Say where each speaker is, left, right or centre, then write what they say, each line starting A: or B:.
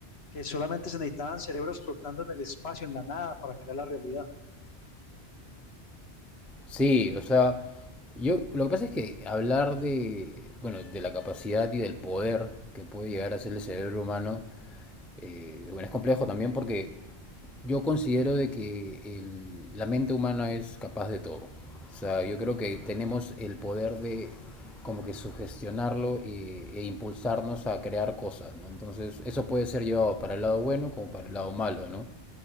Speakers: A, on the left (about 65°); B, in the centre.
A: que solamente se necesitaban cerebros flotando en el espacio, en la nada, para crear la realidad.
B: Sí, o sea, yo lo que pasa es que hablar de, bueno, de la capacidad y del poder que puede llegar a ser el cerebro humano Eh, bueno, es complejo también porque yo considero de que el- la mente humana es capaz de todo. O sea, yo creo que tenemos el poder de como que sugestionarlo e, e impulsarnos a crear cosas, ¿no? Entonces, eso puede ser llevado para el lado bueno como para el lado malo, ¿no?